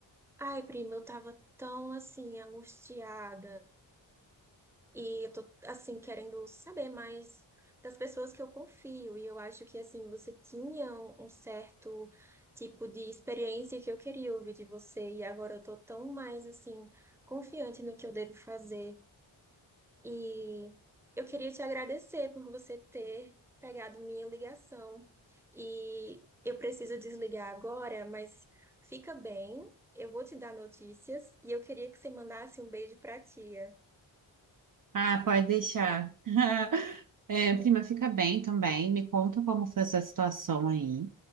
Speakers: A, in the centre; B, on the right.
A: Ai, prima, eu tava tão assim, angustiada. E eu tô, assim, querendo saber mais das pessoas que eu confio. E eu acho que, assim, você tinha um, um certo tipo de experiência que eu queria ouvir de você. E agora eu tô tão mais, assim, confiante no que eu devo fazer. E eu queria te agradecer por você ter pegado minha ligação. E eu preciso desligar agora, mas fica bem. Eu vou te dar notícias e eu queria que você mandasse um beijo pra tia.
B: Ah, pode deixar. <laughs> É, prima, fica bem também. Me conta como foi essa situação aí,